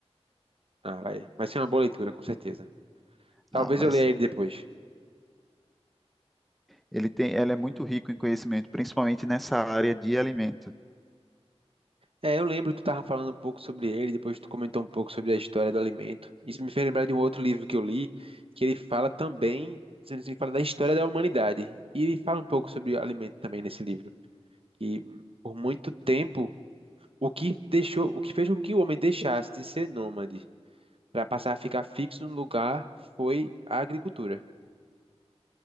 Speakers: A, on the right; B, in the centre.
A: Ah, vai. Vai ser uma boa leitura, com certeza. Talvez
B: Ah, vai
A: eu leia
B: sim.
A: ele depois.
B: Ele tem, ele é muito rico em conhecimento, principalmente nessa área de alimento.
A: É, eu lembro que tu tava falando um pouco sobre ele, depois tu comentou um pouco sobre a história do alimento. Isso me fez lembrar de um outro livro que eu li, que ele fala também, sendo assim, fala da história da humanidade. E ele fala um pouco sobre alimento também nesse livro. E por muito tempo, o que deixou, o que fez com que o homem deixasse de ser nômade para passar a ficar fixo no lugar foi a agricultura.